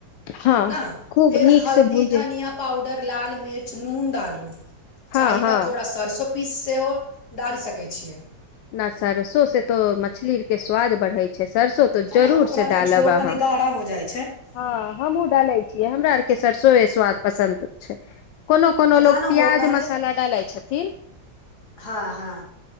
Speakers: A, on the left; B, on the left.
A: हँ
B: नह
A: खूब
B: फेर
A: नीक
B: हल्दी
A: से भूंजे
B: धनिया पाउडर लाल मिर्च नून डालू
A: हँ
B: चाही
A: हँ
B: तँ थोड़ा सरसो पीस सेहो डालि सकैत छियै।
A: नहि सरसोसँ तऽ मछली के स्वाद बढ़ै छै सरसो तऽ
B: है
A: जरूरसँ
B: ने ओकरामे
A: डालब
B: झोर
A: अहा
B: तनि गाढ़ा हो जाइ छै आ
A: ह हमहुँ डालै छियै हमरा आरके सरसोए स्वाद पसन्द छै कोनो कोनो
B: जानो
A: लोक पिआज़
B: हो पहले
A: मसाला डालैत छथि
B: हँ हँ।